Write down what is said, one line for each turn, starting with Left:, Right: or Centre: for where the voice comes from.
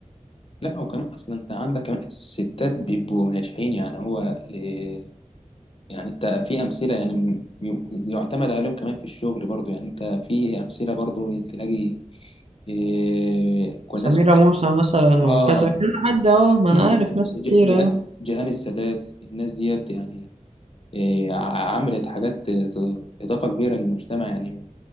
Left: لا وكمان أصلا أنت عندك كمان الستات بيبقوا ناجحين يعني هو إيه يعني أنت في أمثلة يعني م- يعتمد عليهم كمان في الشغل برضو يعني أنت في أمثلة برضو تلاقي إيه كل
Right: سميرة
Left: ناس كويسة
Right: موسى مثلا
Left: آه
Right: وكذا كذا حد اه ما انا
Left: مم،
Right: عارف
Left: ج-
Right: ناس
Left: ج-
Right: كتير
Left: جه-
Right: اه
Left: جهان السادات الناس ديت يعني إيه، ع- عملت حاجات ت- إضافة كبيرة للمجتمع يعني